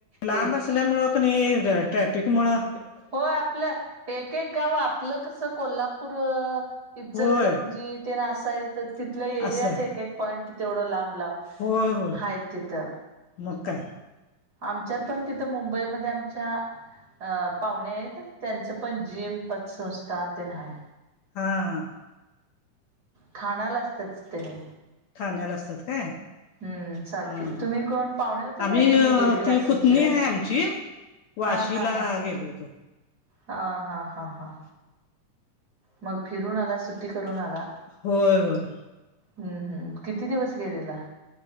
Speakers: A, on the left; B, on the right.
A: लांब
B: तेच
A: असल्यामुळं क नी ट्रॅफिक मुळं
B: होय आपलं एक एक गाव आप आपलं कसं कोल्हापूर अ इचलकरंजी
A: होय
B: तेन असं तर तिथलं एरियाच
A: असं आहे
B: एक एक पॉईंट तेवढं लांब लांब
A: होय होय
B: हाय तिथं
A: मग काय
B: आमच्यात पण तिथं मुंबईमध्ये आमच्या अ पाहुणे आहेत त्यांचं पण जीम पतसंस्था तेन हाय.
A: हां हां
B: ठाण्याला असताच की तेनी
A: ठाण्याला असतात काय?
B: हम्म चाकी
A: हा हा
B: तुम्ही कोण पाहुणे होते काय
A: आम्ही
B: तुम्ही गेलेला
A: ती
B: असंच
A: पुतणी
B: फिरायला
A: हाय आमची. वाशी
B: हा हा
A: ला
B: हा
A: गेलो होतो.
B: हा हा हा हा मग फिरून आला सुट्टी करून आला
A: होय होय
B: हम्म हम्म किती दिवस गेलेला?